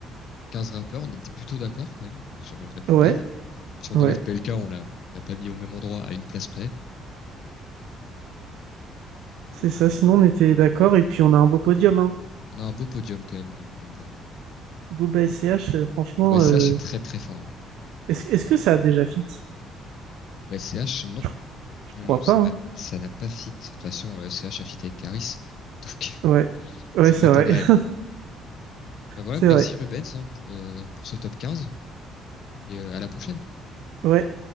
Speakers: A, on the left; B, on the right.
A: 15 rappeurs. On était plutôt d'accord, quand même, sur euh, la plupart.
B: ouais,
A: Si on
B: ouais,
A: enlève PLK, on l'a on l'a pas mis au même endroit, à une place près.
B: c'est
A: Donc,
B: ça.
A: euh,
B: Sinon, on était d'accord et puis on a un beau podium, hein.
A: On a un beau podium quand même. euh,
B: Booba et CH, euh, franchement,
A: bon, CH
B: euh,
A: est très très fort.
B: est-ce, est-ce que ça a déjà fit?
A: Hein. CH, non.
B: Je, je
A: Non,
B: crois
A: non, ça
B: pas, hein.
A: n'a, ça n'a pas fit. De toute façon, euh, CH a fit avec Karis, <laughs> Donc,
B: Ouais, ouais,
A: ça
B: c'est
A: m'étonnerait.
B: vrai, <laughs>
A: Bah voilà,
B: c'est
A: merci
B: vrai.
A: Rubens hein, pour, euh, pour ce top quinze Et euh, à la prochaine.
B: Ouais.